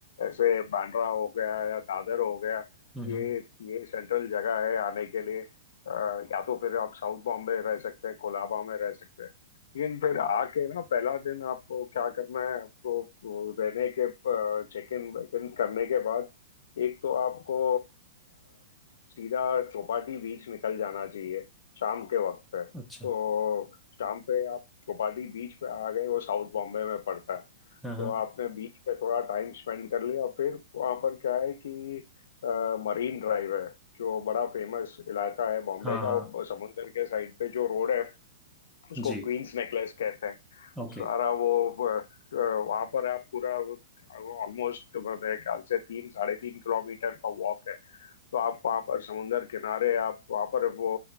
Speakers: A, on the left; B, in the centre.
A: ऐसे बांद्रा हो गया या दादर हो गया
B: हम्म
A: ये ये सेंट्रल जगह है आने के लिए अ, या तो फिर आप साउथ बॉम्बे रह सकते हैं कोलाबा में रह सकते हैं लेकिन फिर आके ना पहला दिन आपको क्या करना है आपको वो रहने के चेक इन वेक इन करने के बाद एक तो आपको सीधा चौपाटी बीच निकल जाना चाहिए शाम के वक्त पे तो
B: अच्छा
A: शाम पे आप चौपाटी बीच पे आ गए वो साउथ बॉम्बे में पड़ता है
B: हाँ हाँ
A: तो आपने बीच पे थोड़ा टाइम स्पेंड कर लिया फिर वहाँ पर क्या है कि अ, मरीन ड्राइव है जो बड़ा फेमस इलाका है बॉम्बे
B: हाँ
A: का
B: हाँ,
A: वो समुंदर के साइड पे जो रोड है उसको
B: जी
A: क्वींस नेकलेस कहते हैं
B: ओके
A: सारा वो वहां पर आप पूरा ऑलमोस्ट मेरे ख्याल से तीन साढ़े तीन किलोमीटर का वॉक है तो आप वहाँ पर समुंदर किनारे आप वहाँ पर वो